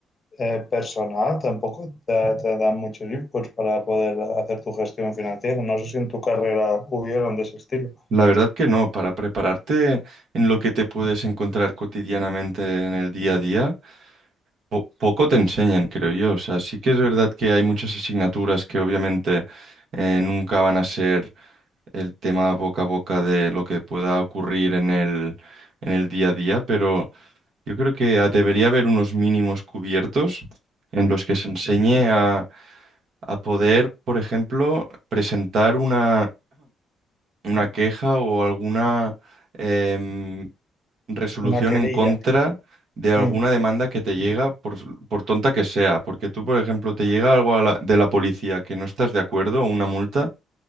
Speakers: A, on the left; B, on the right.
A: eh, personal tampoco te, te dan muchos inputs para poder hacer tu gestión financiera. No sé si en tu carrera hubieron de ese estilo.
B: La verdad que no, para prepararte en lo que te puedes encontrar cotidianamente en el día a día. po- poco te enseñan, creo yo. O sea, sí que es verdad que hay muchas asignaturas que obviamente eh, nunca van a ser el tema boca a boca de lo que pueda ocurrir en el, en el día a día, pero yo creo que ah, debería haber unos mínimos cubiertos en los que se enseñe a, a poder, por ejemplo, presentar una, una queja o alguna... em, resolución
A: Una querella.
B: en contra de alguna
A: Mm.
B: demanda que te llega, por, por tonta que sea. Porque tú, por ejemplo, te llega algo a la- de la policía que no estás de acuerdo, o una multa,